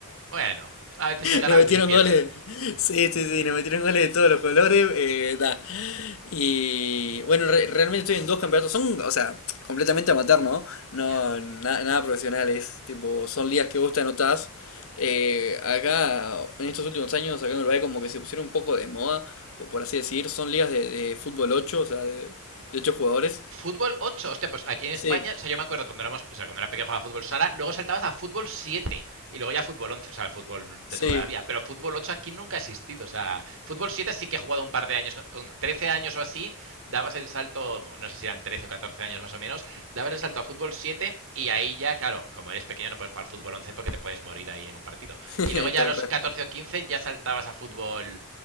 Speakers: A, on the right; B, on the left.
A: Bueno, a veces se gana,
B: Nos
A: a veces
B: metieron
A: se pierde.
B: goles. Sí, sí, sí, nos metieron goles de todos los colores. eh, da. Y bueno, re- realmente estoy en dos campeonatos. Son, o sea, completamente amateur, ¿no? No,
A: Ya. Yeah.
B: na- nada profesionales. Tipo, son ligas que vos te anotás. Eh, acá, en estos últimos años, acá en Uruguay, como que se pusieron un poco de moda, o por así decir. Son ligas de, de fútbol 8, o sea, de, de 8 jugadores.
A: Fútbol 8, hostia, pues aquí en España,
B: Sí,
A: o sea, yo me acuerdo cuando éramos, o sea, cuando era pequeño jugaba fútbol sala, luego saltabas a fútbol 7 y luego ya fútbol 11, o sea, fútbol de
B: sí,
A: toda la vida, pero fútbol 8 aquí nunca ha existido, o sea, fútbol 7 sí que he jugado un par de años, con, 13 años o así, dabas el salto, no sé si eran 13 o 14 años más o menos, dabas el salto a fútbol 7 y ahí ya, claro, como eres pequeño no puedes jugar fútbol 11 porque te puedes morir ahí en un partido.
B: <laughs>
A: Y luego ya
B: tal
A: a los
B: cual.
A: 14 o 15 ya saltabas a fútbol